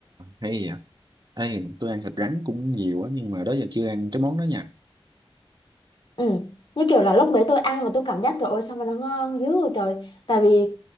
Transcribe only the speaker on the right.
hay vậy Ê, tôi ăn thịt rắn cũng nhiều á nhưng mà đó giờ chưa ăn cái món đó nha.